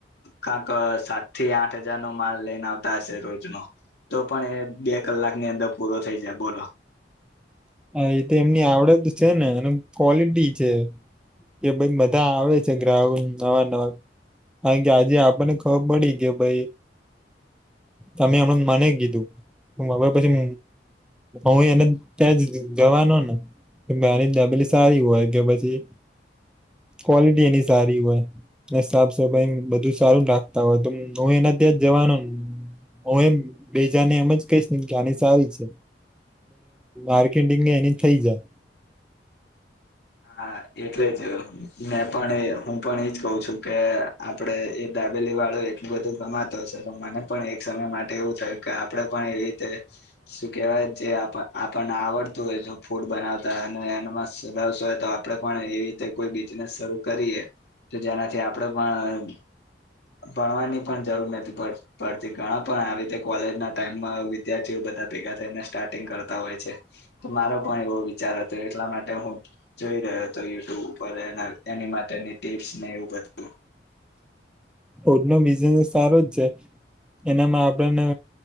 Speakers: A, on the left; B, in the centre.
A: કાક સાત થી આઠ હજાર નો માલ લઈને આવતા હશે રોજ નો તો પણ એ બે કલાકની અંદર પૂરો થઈ જાય બોલો.
B: હા એ તો એમની આવડત છે ને એ ક્વોલિટી છે કે ભઈ બધા આવે છે, ગ્રાહ નવા નવા કારણ કે આજે આપણને ખબર પડી કે ભઈ તમે હમ મને કીધું હવે પછી હું એને ત્યાં જ જવાનો ને નાની ડબલી સારી હોય કે પછી ક્વોલિટી એની સારી હોય, સાફ સફાઈ બધું સારું રાખતા હોય તો હું એના ત્યાં જ જવાનોને હું એમ બેજાને એમ જ કહીશ ને કે આની સારી છે, એટલે એની થઈ જા
A: હા એ ટલે જ માં તારો હું પણ એજ કહ છું કે આપણડે એ દાબેલી વાળો એટલું બધું ગમાતો હશે તો મને પણ એક સમય માટે એવું થયું કે આપડે પણ એવી રીતે શું કેહેવાય જે આપણને આવડતું હોય તો ફૂડ બનાવતા અને એમાં સદાવ સ્વ તો આપડે પણ એવી રીતે કોઈ બિઝનેસ શરૂ કરીએ તો જેનાથી આપડે પણ ભણવાની પણ જરૂર નથી, પડતી ઘણા પણ આવી રીતે કોલેજના ટાઈમમાં વિદ્યાર્થીઓ બધા ભેગા થઈને સ્ટાર્ટિંગ કરતા હોય છે, તો મારો પણ એવો વિચાર હતો એટલા માટે હું જય રહ્યો હતો યુ ટ્યુબ. એની માટેની ટીપ્સને એવું બધું.
B: ફૂડનો બિઝનેસ સારો જ છે એનામાં આપણને